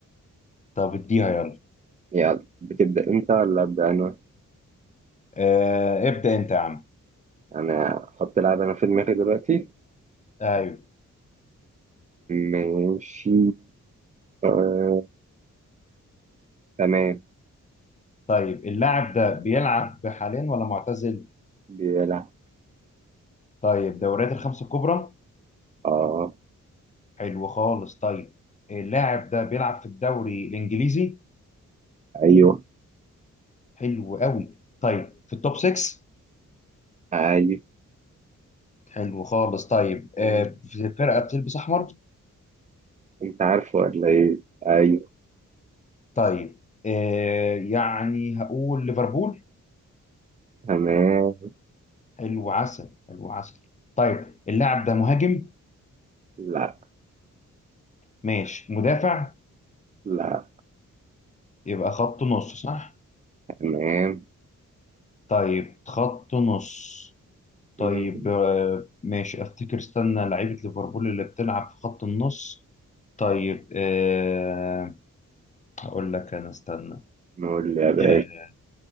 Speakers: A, on the left (about 25°); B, on the right (about 25°).
A: طب اديها يلا
B: يلا بتبدأ انت ولا أبدأ انا
A: آه ابدا انت يا عم
B: انا احط لعبة انا في دماغي دلوقتي
A: ايوه
B: ماشي آه. تمام
A: طيب اللاعب ده بيلعب حاليا ولا معتزل
B: بيلعب
A: طيب دوريات الخمسه الكبرى
B: اه
A: حلو خالص طيب اللاعب ده بيلعب في الدوري الانجليزي
B: ايوه
A: حلو قوي طيب في التوب 6
B: ايوه
A: حلو خالص طيب
B: م،
A: آه، في فرقة بتلبس أحمر
B: انت عارفه ولا ايه ايوه
A: طيب آه، يعني هقول ليفربول
B: تمام
A: حلو عسل حلو عسل طيب اللاعب ده مهاجم
B: لا
A: ماشي مدافع
B: لا
A: يبقى خط نص صح
B: تمام
A: طيب خط نص طيب
B: م،
A: آه، ماشي أفتكر استنى لعيبة ليفربول اللي بتلعب في خط النص طيب أه هقول لك أنا استنى
B: نقول يا باشا
A: آه،